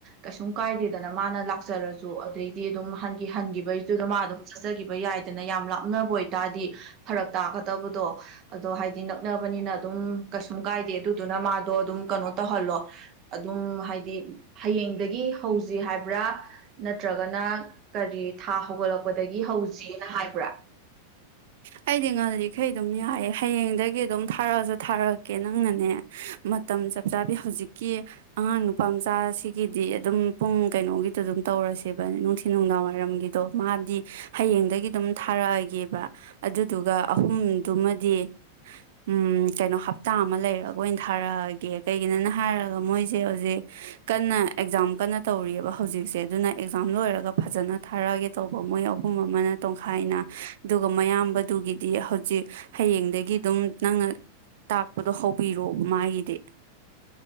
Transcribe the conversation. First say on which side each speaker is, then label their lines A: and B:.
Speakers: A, on the right; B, on the right.
A: ꯀꯩꯁꯨꯝ ꯀꯥꯏꯗꯦꯗꯅ ꯃꯥꯅ ꯂꯥꯛꯆꯔꯖꯨ ꯑꯗꯩꯗꯤ ꯑꯗꯨꯝ ꯍꯟꯒꯤ ꯍꯟꯒꯤꯕꯩꯖꯨ ꯃꯥ ꯑꯗꯨꯝ ꯆꯠꯆꯒꯤꯕ ꯌꯥꯏꯗꯅ ꯌꯥꯝ ꯂꯥꯞꯅꯕ ꯑꯣꯏꯇꯥꯔꯗꯤ ꯐꯔꯛ ꯇꯥꯒꯗꯕꯗꯣ ꯑꯗꯣ ꯍꯥꯏꯗꯤ ꯅꯛꯅꯕꯅꯤꯅ ꯑꯗꯨꯝ ꯀꯩꯁꯨꯝ ꯀꯥꯏꯗꯦ ꯑꯗꯨꯗꯨꯅ ꯃꯥꯗꯣ ꯑꯗꯨꯝ ꯀꯩꯅꯣ ꯇꯧꯍꯜꯂꯣ ꯑꯗꯨꯝ ꯍꯥꯏꯗꯤ ꯍꯌꯦꯡꯗꯒꯤ ꯍꯧꯁꯤ ꯍꯥꯏꯕ꯭ꯔꯥ ꯅꯠꯇ꯭ꯔꯒꯅ ꯀꯔꯤ ꯊꯥ ꯍꯧꯒꯠꯂꯛꯄꯗꯒꯤ ꯍꯧꯖꯦꯅ ꯍꯥꯏꯕ꯭ꯔꯥ
B: ꯑꯩꯗꯤ ꯉꯜꯂꯤꯈꯩ ꯑꯗꯨꯝ ꯌꯥꯏꯌꯦ ꯍꯌꯦꯡꯗꯒꯤ ꯑꯗꯨꯝ ꯊꯥꯔꯛꯑꯖꯨ ꯊꯥꯔꯛꯀꯦ ꯅꯪꯅꯅꯦ ꯃꯇꯝ ꯆꯞ ꯆꯥꯕꯤ ꯍꯧꯖꯤꯛꯀꯤ ꯑꯉꯥꯡ ꯅꯨꯄꯥ ꯃꯆꯥꯁꯤꯒꯤꯗꯤ ꯑꯗꯨꯝ ꯄꯨꯡ ꯀꯩꯅꯣꯒꯤꯗꯨꯗ ꯑꯗꯨꯝ ꯇꯧꯔꯁꯦꯕ ꯅꯨꯡꯊꯤꯜ ꯅꯨꯡꯗꯥꯡꯋꯥꯏꯔꯝꯒꯤꯗꯣ ꯃꯥꯗꯤ ꯍꯌꯦꯡꯗꯒꯤ ꯑꯗꯨꯝ ꯊꯥꯔꯛꯑꯒꯦꯕ ꯑꯗꯨꯗꯨꯒ ꯑꯍꯨꯝꯗꯨꯃꯗꯤ ꯎꯝ ꯀꯩꯅꯣ ꯍꯞꯇꯥ ꯑꯃ ꯂꯩꯔꯒ ꯑꯣꯏꯅ ꯊꯥꯔꯛꯑꯒꯦ ꯀꯩꯒꯤꯅꯣꯅ ꯍꯥꯏꯔꯒ ꯃꯣꯏꯖꯦ ꯍꯧꯖꯤꯛ ꯀꯟꯅ ꯑꯦꯛꯖꯥꯝ ꯀꯟꯅ ꯇꯧꯔꯤꯑꯕ ꯍꯧꯖꯤꯛꯁꯦ ꯑꯗꯨꯅ ꯑꯦꯛꯖꯥꯝ ꯂꯣꯏꯔꯒ ꯐꯖꯅ ꯊꯥꯔꯛꯑꯒꯦ ꯇꯧꯕ ꯃꯣꯏ ꯑꯍꯨꯝ ꯑꯃꯅ ꯇꯣꯡꯈꯥꯏꯅ ꯑꯗꯨꯒ ꯃꯌꯥꯝ ꯗꯨꯒꯤꯗꯤ ꯍꯧꯖꯤꯛ ꯍꯌꯦꯡꯗꯒꯤ ꯑꯗꯨꯝ ꯅꯪꯅ ꯇꯥꯛꯄꯗꯣ ꯍꯧꯕꯤꯔꯣꯑꯣꯕ ꯃꯥꯒꯤꯗꯤ